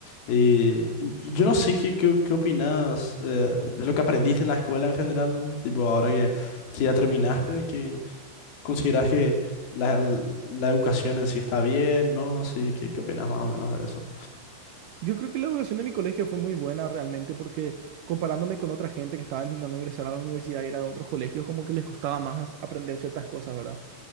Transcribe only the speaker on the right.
Yo creo que la educación de mi colegio fue muy buena realmente porque comparándome con otra gente que estaba intentando ingresar a la universidad y era de otros colegios, como que les costaba más aprender ciertas cosas, ¿verdad?